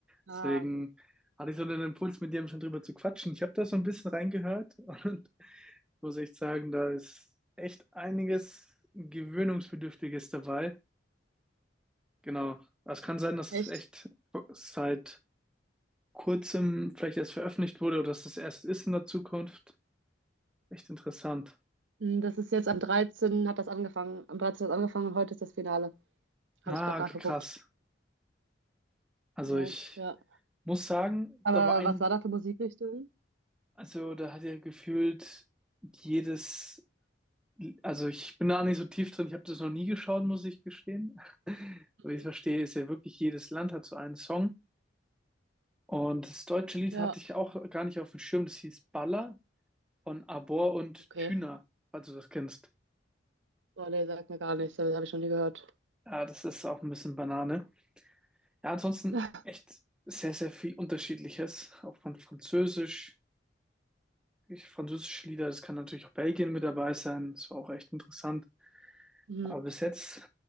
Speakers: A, on the right; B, in the centre.
A: Ah,
B: Deswegen hatte ich so einen Impuls, mit dir schon drüber zu quatschen. Ich habe da so ein bisschen reingehört und <laughs> muss echt sagen, da ist echt einiges Gewöhnungsbedürftiges dabei. Genau. Aber Es kann sein, dass
A: echt?
B: es echt seit kurzem vielleicht erst veröffentlicht wurde oder dass es erst ist in der Zukunft. Echt interessant.
A: Hm, Das ist jetzt am 13. hat das angefangen. Am 13. hat das angefangen und heute ist das Finale. Habe
B: Ah,
A: ich gerade
B: okay,
A: nachgeguckt.
B: krass. Also
A: Genau,
B: ich
A: ja.
B: Muss sagen,
A: Aber
B: da war ein,
A: was war da für Musikrichtung?
B: also da hat er gefühlt jedes, also ich bin da nicht so tief drin, ich habe das noch nie geschaut, muss ich gestehen. <laughs> Aber
A: Mhm.
B: wie ich es verstehe, ist ja wirklich jedes Land hat so einen Song. Und das deutsche Lied
A: Ja,
B: hatte ich auch gar nicht auf dem Schirm, das hieß Baller von Abor und
A: okay.
B: Tüner, falls du das kennst.
A: Oh, nee, sagt mir gar nichts. Das habe ich schon nie gehört.
B: Ja, das ist auch ein bisschen Banane. Ja, ansonsten
A: <laughs>
B: echt sehr, sehr viel Unterschiedliches, auch von Französisch. Ich, französische Lieder, das kann natürlich auch Belgien mit dabei sein, das war auch echt interessant.
A: Mhm.
B: Aber bis jetzt